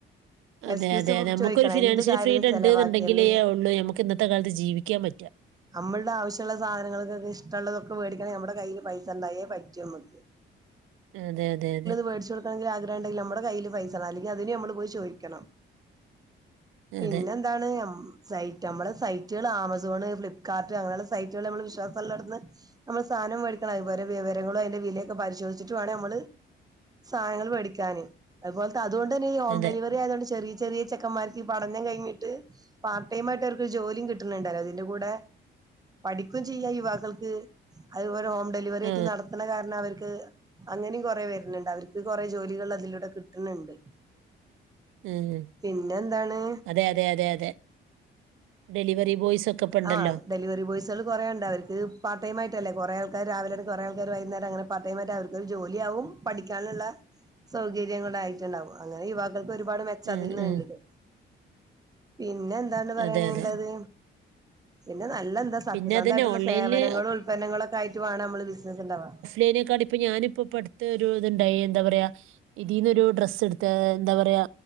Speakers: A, on the right (about 85°); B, on the right (about 20°).
A: അതെ
B: എക്സ്ക്യൂസ്
A: അതെ അതെ നമ്മക്കൊരു
B: ചോദിക്കണം
A: ഫിനാൻഷ്യൽ
B: എന്ത് കാര്യത്തിന്
A: ഫ്രീ ഇൻഡ്ന്ന്
B: ചെലവാക്കി
A: ഇണ്ടെങ്കിലേ
B: എന്ത്
A: ഉള്ളു നമ്മക്ക് ഇന്നത്തെ കാൽത്ത് ജീവിക്ക പറ്റ
B: നമ്മൾടെ ആവശ്യള്ള സാധനങ്ങൾക്കൊക്കെ ഇഷ് ഇഷ്ടൊള്ളതൊക്കെ വേടിക്കണേ നമ്മട കയ്യില് പൈസ ഉണ്ടായേ പറ്റു മ്മക്ക്.
A: അതെ അതെ അതെ.
B: മേടിച്ച കൊടുക്കണെങ്കി ആഗ്രഹംണ്ടെങ്കി നമ്മുടെ കയ്യില് പൈസ വേണം അല്ലങ്കിൽ അതിനും ഞമ്മള് പോയി ചോയിക്കണം. പിന്നെന്താണ്.
A: അതെ
B: സൈറ്റ് ഞമ്മളെ സൈറ്റുകൾ ആമസോണ് ഫ്ലികാർട്ട് അങ്ങനെയുള്ള സൈറ്റുകൾ നമ്മള് വിശ്വാസള്ളട്ത്ത്ന്ന്. നമ്മൾ സാധനം വേടിക്കണം അതുപോല വിവരങ്ങളും അതിന്റെ വിലൊക്കെ പരിശോധിച്ചിട്ട് വേണം മ്മള് സാധങ്ങങ്ങള് വേടിക്കാന് അതുപോലത്തെ അതുകൊണ്ട് തന്നെ ഈ ഹോം
A: അതെ
B: ഡെലിവറി ആയതുകൊണ്ട് ചെറി ചെറിയ ചെക്കമ്മാർക്ക് ഈ പഠനം കഴിഞ്ഞിട്ട്. പാർട്ട് ടൈ ആയിട്ട് ഓർക്ക് ഒരു ജോലിയും കിട്ട്ണ്ടല്ലോതിന്റെ കൂടെ. പഠിക്കും ചെയ്യാ യുവാക്കൾക്ക്. അതുപോലെ ഹോം ഡെലിവറി
A: ആ
B: ആയിട്ട് നടത്ത്ണ കാരണം അവർക്ക് അങ്ങനിം. കൊറെ വെര്ന്ണ്ട് അവർക്ക് കൊറെേ ജോലികൾ അതിലൂടെ കിട്ട്ണ്ണണ്ടു
A: ഉം
B: പിന്നെന്താണ്.
A: അതെ അതെ അതെ അതെ ഡെലിവറി ബോയ്സ് ഒക്കെ ഇപ്പ ഇണ്ടല്ലോ.
B: ആഹ് ഡെലിവറി ബോയ്സുകൾ കൊറേ ഇണ്ട് അവർക്ക് പാർടൈം ആയിട്ടല്ലേ കൊറേ ആൾക്കാര് രാവിലരും കൊറേ ആൾക്കാർ വൈന്നേരം അതെമാതിരി വൈകുന്നരം അങ്ങനെ പാർടൈമായിട്ട് അവർക്കരു ജോ ല്യആവും പാടിക്കാന്ള്ള സൗകര്യുടെ ആയിട്ട്ണ്ടാവും അങ്ങനെ യുവാക്കൾക്ക് ഒരുപാട് മെ ചതിൽന്ന്
A: ഉം, ഉം.
B: കണ്ടിത് പിന്നെ എന്താണ് പറയാന്ള്ളത്.
A: അതെ അതെ
B: പിന്നെ നല്ല എന്താ സത്യസന്തായിട്ട്ള്ള
A: പിന്നെ അതന്നെ ഓൺലൈനില്
B: സേവനങ്ങളും ഉത്പന്നങ്ങളൊക്കായിട്ട് വാണം മ്മള് ബിസിനസ്സ് ണ്ടാവാ.
A: േനെക്കാ <unintelligible> ഇപ്പോ ഞാനിപ്പപ്പോടുത്ത ഒരു ഇതുണ്ടയി എന്താ പറയാ ഇതിന്നൊ ഒരു ഡ്രസ്സ് എടു ഏഹ് എന്താ പറയാ